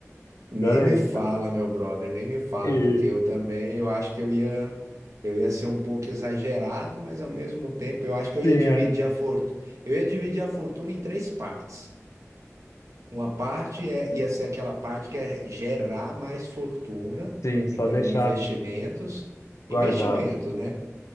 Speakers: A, on the right (about 80°); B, on the left (about 75°).
A: Nem
B: agora
A: me
B: é
A: fala,
B: isso.
A: meu brother, nem me fala,
B: E
A: porque eu também, eu acho que eu ia, eu ia ser um pouco exagerado, mas ao mesmo tempo eu acho que eu
B: sim,
A: ia dividir
B: é.
A: a fortuna, eu ia dividir a fortuna em três partes. Uma parte é, ia ser aquela parte que é gerar mais fortuna,
B: Sim, só
A: então
B: deixar
A: investimentos,
B: guardado.
A: investimentos, né?